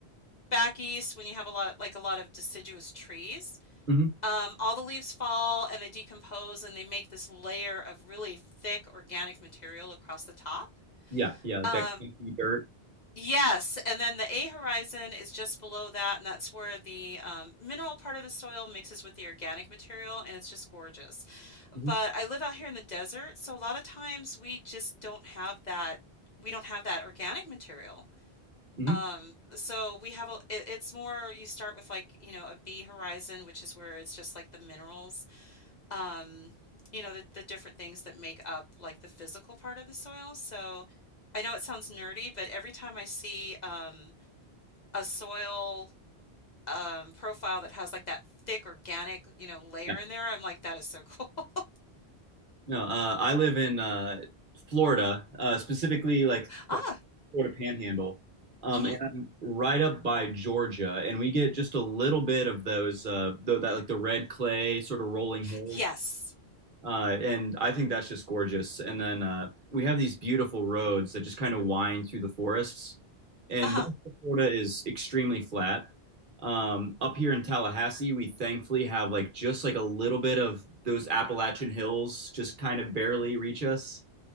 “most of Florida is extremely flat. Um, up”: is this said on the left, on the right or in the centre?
Right